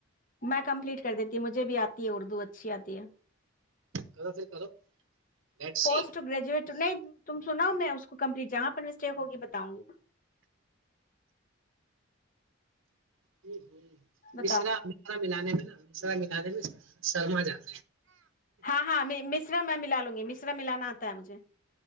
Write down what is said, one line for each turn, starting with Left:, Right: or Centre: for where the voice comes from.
Left: میں کمپلیٹ کر دیتی مجھے بھی آتی ہے اردو اچ اچھی آتی ہے <unintelligible>
Right: کرو پھر کرو بیٹسی
Left: پوسٹ
Right: <unintelligible>
Left: گریجویٹ نہیں تم سناؤ میں اس کو کمپلیٹ جہاں پر مسٹیک ہوگی بتاؤں گی <unintelligible>
Right: جی <unintelligible>
Left: بتاؤ
Right: مشرا مشرا ملانے میں نا مشرا ملانے میں <unintelligible> شرما جا <unintelligible>
Left: ہاں ہاں مشرا میں <unintelligible> ل لوں گی مشرا ملانا آتا ہے مجھے <unintelligible>